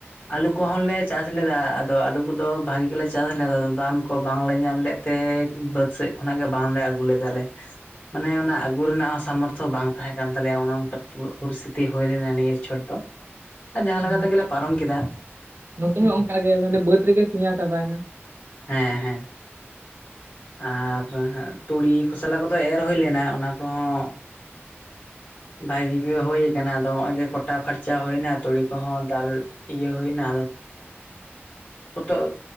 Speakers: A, on the left (about 30°); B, on the right (about 55°).
A: ᱟᱞᱩ ᱠᱚᱦᱚᱸ ᱞᱮ ᱪᱟᱥ ᱞᱮᱫᱟ᱾ ᱟᱫᱚ ᱟᱞᱩ ᱠᱚᱫᱚ ᱵᱷᱟᱜᱤ ᱜᱮᱞᱮ ᱪᱟᱥ ᱞᱮᱫᱟ ᱫᱟᱢ ᱠᱚ ᱵᱟᱝᱞᱮ ᱧᱟᱢ ᱞᱮᱫ ᱛᱮ ᱵᱟᱹᱫᱽ ᱥᱮᱜ ᱠᱷᱚᱱᱟᱜ ᱜᱮ ᱵᱟᱝᱞᱮ ᱟᱹᱜᱩ ᱞᱮᱫᱟ ᱞᱮ ᱢᱟᱱᱮ ᱚᱱᱟ ᱟᱹᱜᱩ ᱨᱮᱱᱟᱜ ᱦᱚᱸ ᱥᱟᱢᱚᱨᱛᱷᱚ ᱵᱟᱝ ᱛᱟᱦᱮᱸ ᱠᱟᱱ ᱛᱟᱞᱮ ᱦᱩᱱᱟᱝ ᱯᱚᱨᱤᱥᱛᱤᱛᱤ ᱦᱳᱭ ᱞᱮᱱᱟ ᱱᱤᱭᱟᱹ ᱪᱚᱴ ᱫᱚ᱾ ᱟᱨ ᱡᱟᱦᱟᱸ ᱞᱮᱠᱟ
B: ᱱᱚᱛᱮ,
A: ᱛᱮᱜᱮᱞᱮ ᱯᱟᱨᱚᱢ ᱠᱮᱫᱟ
B: ᱱᱚᱛᱮ ᱦᱚᱸ ᱚᱱᱠᱟᱜᱮ ᱵᱟᱹᱛ ᱨᱮᱜᱮ ᱥᱮᱭᱟ ᱪᱟᱵᱟᱭ ᱱᱟ
A: ᱦᱮᱸ ᱦᱮᱸ ᱟᱨ ᱛᱩᱲᱤ ᱠᱷᱚᱥᱞᱟ ᱠᱚᱫᱚ ᱮᱨ ᱦᱳᱭ ᱞᱮᱱᱟ ᱚᱱᱟ ᱠᱚᱦᱚᱸ ᱵᱷᱟᱜᱤ ᱜᱮ ᱦᱳᱭ ᱠᱟᱱᱟ ᱟᱫᱚ ᱦᱚᱜᱼᱚᱭ ᱜᱮ ᱠᱚᱴᱟ ᱯᱷᱟᱨᱪᱟ ᱦᱳᱭ ᱱᱟ᱾ ᱛᱩᱲᱤ ᱠᱚᱦᱚᱸ ᱫᱟᱞ ᱤᱭᱟᱹ ᱦᱩᱭ ᱱᱟ ᱯᱚᱛᱚᱜ